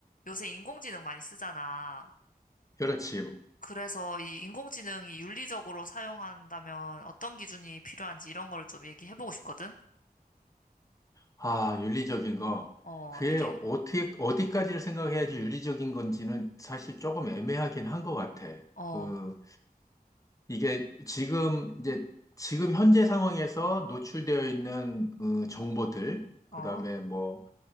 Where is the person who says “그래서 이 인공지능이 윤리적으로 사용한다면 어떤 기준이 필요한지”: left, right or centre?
Left